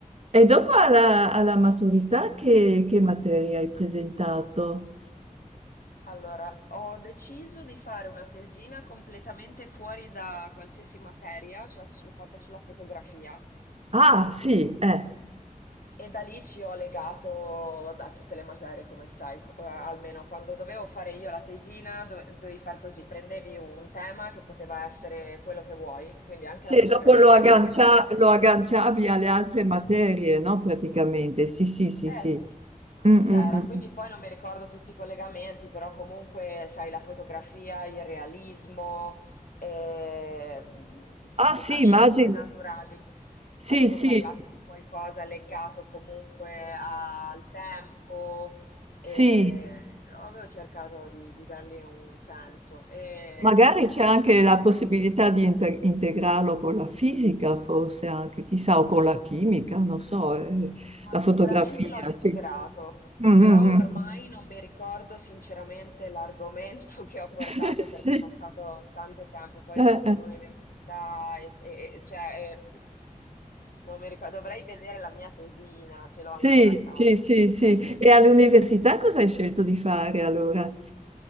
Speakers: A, on the right; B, on the left.
A: E dopo alla, alla maturità che, che materia hai presentato?
B: Allora, ho deciso di fare una tesina completamente fuori da qualsiasi materia, cioè s- l'ho fatta sulla fotografia
A: Ah, sì, eh.
B: E da lì ci ho legato, vabbè, a tutte le materie, come sai, eh, almeno quando dovevo fare io la tesina, dove- dovevi far così, prendevi un tema che poteva essere quello che vuoi, quindi anche
A: Sì,
B: la fotografia,
A: e dopo lo aggancia-
B: e poi ci dovevi...
A: lo agganciavi
B: Sì.
A: alle altre materie, no? Praticamente, sì, sì, sì,
B: Eh
A: sì.
B: sì, così
A: Mm,
B: era.
A: mm, mm.
B: Quindi poi non mi ricordo tutti i collegamenti, però comunque, sai, la fotografia, il realismo, ehm,
A: Ah,
B: di-
A: sì,
B: a scienze
A: immagino.
B: naturali.
A: Sì,
B: Avevo
A: sì,
B: parlato di qualcosa legato comunque al tempo e
A: sì.
B: avevo cercato di, di dargli un senso e,
A: Magari c'è
B: e
A: anche
B: soprattutto,
A: la possibilità di inte- integrarlo con la fisica, forse anche, chissà, o con la chimica, non so, eh,
B: ma
A: la
B: sicuramente
A: fotografia,
B: l'ho integrato,
A: sì. Mm,
B: però
A: mm,
B: ormai
A: mm.
B: non mi ricordo sinceramente l'argomento <laughs> che ho portato
A: <laughs> Sì.
B: perché è passato tanto tempo, poi
A: Eh,
B: ho fatto
A: eh.
B: l'università e, e- e- cioè, e- non mi ricordo, dovrei vedere la mia tesina, ce l'ho
A: Sì,
B: ancora a casa.
A: sì, sì, sì.
B: <laughs>
A: E all'università cosa hai scelto di fare allora?